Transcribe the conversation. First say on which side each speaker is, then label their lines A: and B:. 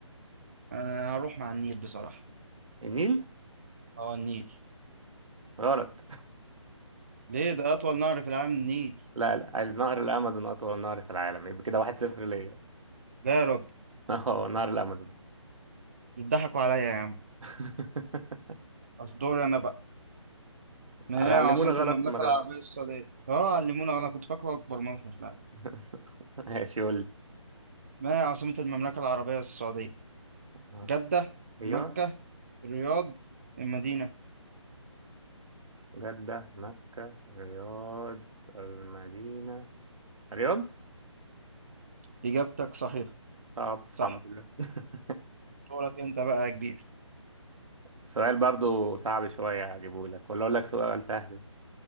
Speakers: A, on the right (about 30°); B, on the right (about 85°).
A: انا هروح مع النيل بصراحه
B: النيل
A: اه النيل
B: غلط <laughs>
A: ليه ده أطول نهر في العالم النيل
B: لا لا النهر الامازون اطول نهر في العالم يبقى كده واحد صفر ليا
A: لا يا راجل
B: <laughs> اه نهر الامازون
A: بتضحكوا عليا يا عم
B: <laughs>
A: أصل دوري أنا بقى ما
B: علمونا
A: هي عاصمة
B: غلط
A: المملكة
B: في المدرسه
A: العربية السعودية أه علمونا أنا كنت فاكره أكبر منحة في العالم
B: <laughs> ماشي قول لي
A: ما هي عاصمة المملكة العربية السعودية
B: عاص-
A: جدة
B: ايوه
A: مكة الرياض المدينة
B: جده مكه رياض المدينه رياض
A: إجابتك صحيحة
B: طب الحمد
A: صح
B: لله <laughs>
A: دورك أنت بقى يا كبير
B: سؤال برضو صعب شوية أجيبه لك ولا أقول لك سؤال سهل